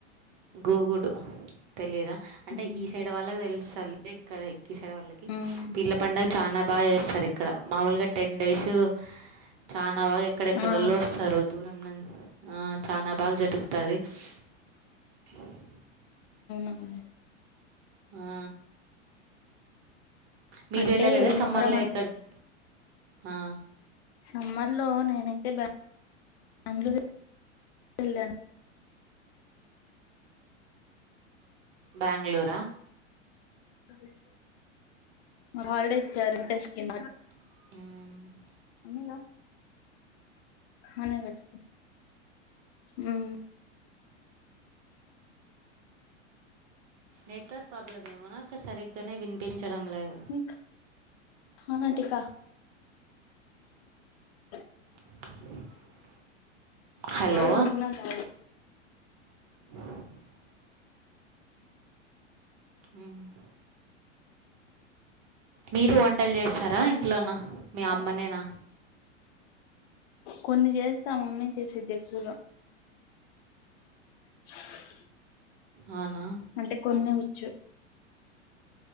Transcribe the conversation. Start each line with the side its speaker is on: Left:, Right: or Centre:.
Right: గూగుడు తెలియదా అంటే
Left: మ్మ్
Right: ఈ సైడ్ వాళ్ళకి తెలుసల్ ఇక్కడ ఈ సైడ వాళ్లకి
Left: మ్మ్
Right: పీర్ల పండగ చాన బాచేసరీఇక్కడ మామూలుగ టెన్ డేస్ చాన బా ఎక్కడెక్కడోళ్ళు
Left: ఆ
Right: వస్తారు దూరం ను ఆ చానా బాగా జరుగుతాది <inaudible>
Left: అవున
Right: ఆ మీరు
Left: అంటే
Right: వెళ్ళలేదా
Left: ఈ
Right: సమ్మర్లో
Left: మొహరం అన్
Right: ఎక్కడ్కి ఆ
Left: సమ్మర్ లో నేనైతే బ బెంగళూరు వేళ్ళను
Right: బెంగళూరా
Left: అదే <inaudible> హాలిడేస్కియా <inaudible> రుంటెస్ కింద
Right: మ్మ్
Left: మీ నో హ నే గట్టుకే మ్మ్
Right: నెట్వర్క్ ప్రాబ్లం ఏమనాక్క సరిగ్గానే వినిపించడం లేదు
Left: నీక హఅటిక అ <inaudible>
Right: <inaudible> హలో
Left: మాఊర్లో వచ్చిందంట అది.
Right: <inaudible> మ్ హు మీరు వంటలు చేస్తారా? ఇంట్లోనా మీ అమ్మనేనా
Left: కొన్ని చేస్తా మమ్మీ చేసేద్ది ఎక్కువగా. అ <inaudible>
Right: అవునా
Left: అంటే కొన్నే వచ్చు